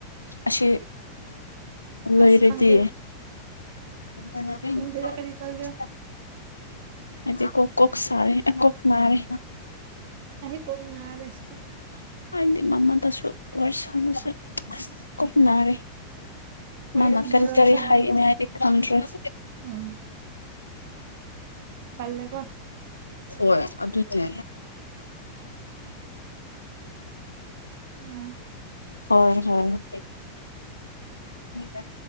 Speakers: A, on the left; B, on the right.
A: ꯑꯁꯤ ꯂꯣꯏꯔꯗꯤ
B: ꯑꯁ ꯈꯪꯗꯦ
A: <inaudible>
B: ꯈꯪꯗꯦꯗ ꯀꯔꯤ ꯇꯧꯒꯦꯔꯥ
A: ꯑꯩꯗꯤ ꯀꯣ ꯀꯣꯛ ꯁꯥꯔꯦ ꯑ ꯀꯣꯛ ꯅꯥꯔꯦ
B: ꯑꯩ ꯀꯣꯛ ꯅꯥꯔꯦ ꯁꯤꯗꯥ
A: <unintelligible>
B: ꯋꯥꯔꯤ
A: ꯃꯥꯅ
B: ꯁꯥꯟꯅꯔꯣꯏ
A: ꯀꯔꯤ ꯀꯔꯤ
B: ꯁꯥꯟꯅꯔꯣꯏ
A: ꯍꯥꯏꯒꯅꯤ ꯍꯥꯏꯗꯤ ꯈꯪꯗ꯭ꯔꯦ <inaudible>
B: ꯎꯝ ꯇꯜꯂꯦꯀꯣ
A: ꯍꯣꯏ ꯑꯗꯨꯅꯦ
B: ꯎꯝ
A: ꯍꯣꯏ ꯍꯣꯏ <inaudible>